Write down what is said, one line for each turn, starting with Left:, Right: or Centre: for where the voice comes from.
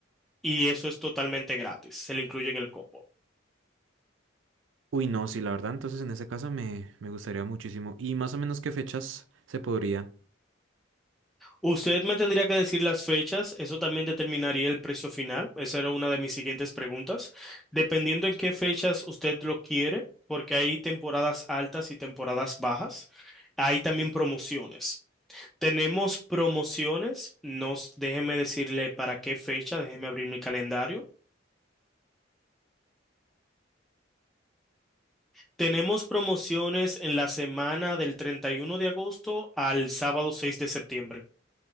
Centre: y eso es totalmente gratis. Se le incluye en el combo.
Right: Uy, no, sí, la verdad, entonces en ese caso me, me gustaría muchísimo. ¿Y más o menos qué fechas se podría?
Centre: Usted me tendría que decir las fechas, eso también determinaría el precio final, esa era una de mis siguientes preguntas. Dependiendo en qué fechas usted lo quiere, porque hay temporadas altas y temporadas bajas, hay también promociones. Tenemos promociones, nos, déjeme decirle para qué fecha, déjeme abrir mi calendario. Tenemos promociones en la semana del 31 de agosto al sábado 6 de septiembre.